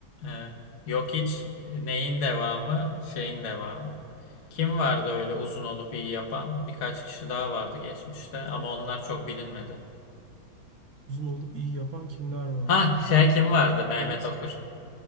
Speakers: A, on the left (about 40°); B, on the right (about 55°).
A: evet. Yok hiç e, neyin devamı, şeyin devamı. Kim vardı öyle uzun olup iyi yapan? Birkaç kişi daha vardı geçmişte ama onlar çok bilinmedi.
B: Uzun olup iyi yapan kimler vardı?
A: Ha şey kim vardı? Mehmet
B: Nowitzki.
A: Okur.